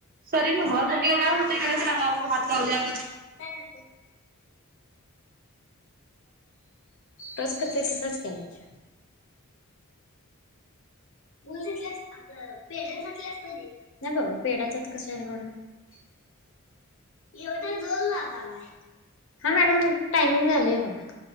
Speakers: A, on the right (about 40°); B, on the left (about 60°).
A: सरी न स गेला दव होतेकडे सांगा हात लावलेग.
B: काय? तच करत तसच केलायच. बू तितलं. नाही बाबा पेढातच कस आहे म्ह एवढ्या जोल नाताला हा मॅडम टायमिंग झालंय बघा.